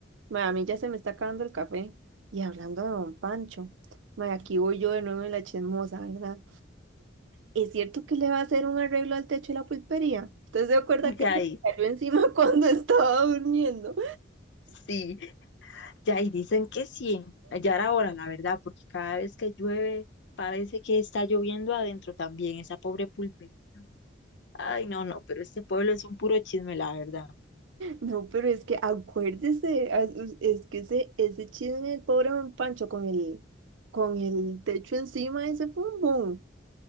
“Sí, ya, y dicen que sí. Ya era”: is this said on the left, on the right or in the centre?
Left